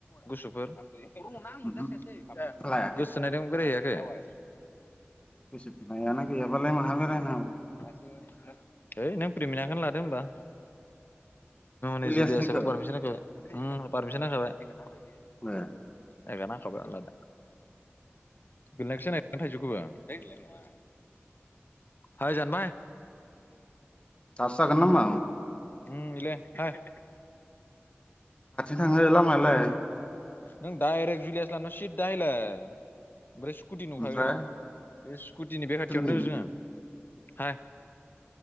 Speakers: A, on the left; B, on the left.
A: गुसुफोर? आं मोनजासै
B: ओमहो लायाखै
A: गोसोनाय दं बेरायहैै <unintelligible> <unintelligible>
B: गोसो थोनायानो गैयाबालाय माहा बेरायनो?
A: सै नों प्रिमिनाखौनो लादो होमबा नै
B: इलियासनिखौ
A: जुलिया साबारमस नाय <unintelligible> ओ पारमिसन नांखाबाय। <unintelligible>
B: ह <unintelligible>
A: नायग नांखाबाय आलादा गोनायखौसो थाइजौखौबोनाय नङा हाय जानबाय <unintelligible>
B: दासो जागोन नामा?
A: ओम इलाइ हाइ
B: थांल मालाय
A: नों डायरेक्ट जुलियास लाहानाव सिदा हायलाय ओमफ्राय स्कुटि नुखागोन
B: ओमफ्राय
A: बे स्कुटिनि बे खाथियावनो
B: जोंनि
A: दोंङो जोंङो। हाय <inaudible>